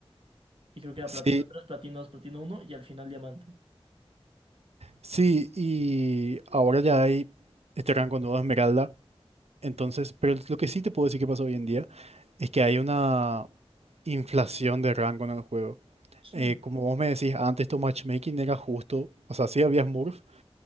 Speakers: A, on the right; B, on the right.
A: Y creo que era
B: Sí,
A: platino tres platino dos platino uno y al final diamante.
B: sí, y ahora ya hay este rango nuevo de esmeralda. Entonces, pero lo que sí te puedo decir que pasa hoy en día es que hay una inflación de rango en el juego.
A: Sí.
B: Eh, como vos me decís, antes tu matchmaking era justo. O sea, sí había Smurf,